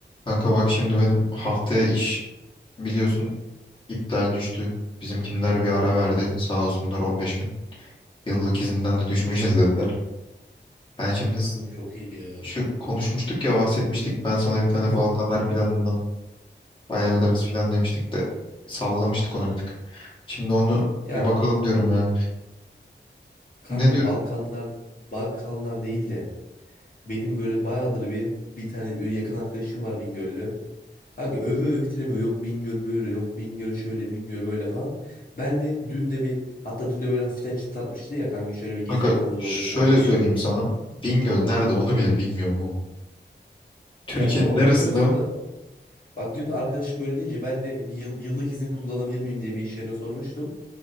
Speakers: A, on the left; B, on the left.
A: Kanka bak şimdi benim haftaya iş biliyorsun iptal düştü. bizimkiler bir ara verdi sağ olsunlar 15 gün. Yıllık izinden de düşmeyeceğiz dediler. Ben şimdi s-
B: Kanka çok iyi ya.
A: şu konuşmuştuk ya bahsetmiştik. Ben sana bir tane
B: Heh.
A: Balkanlar planından ayarlarız filan demiştik de sallamıştık onu bir tık. Şimdi onu
B: Ya
A: bir bakalım diyorum ya.
B: kanka
A: Ne diyordun
B: Balkanlar Balkanlar değil de benim böyle bayağıdır bir bir tane böyle yakın arkadaşım var Bingöl'lü. Kanka öve öve bitiremiyor. Yok Bingöl böyle, yok Bingöl şöyle, Bingöl böyle falan. Ben de dün de bir hatta dün de böyle hafiften çıtlatmıştı ya kanka şöyle bir gezi
A: kanka?
B: rotamız olabilir
A: Şöyle
B: falan diye.
A: söyleyeyim sana. Bingöl nerede onu bile bilmiyorum. oğlum. Türkiye'nin
B: Ya tamam
A: neresinde?
B: bilmiyorsun da Bak dün arkadaşım böyle deyince ben de bir yıl- yıllık izin kullanabilir miyim diye bir iş yerine sormuştum.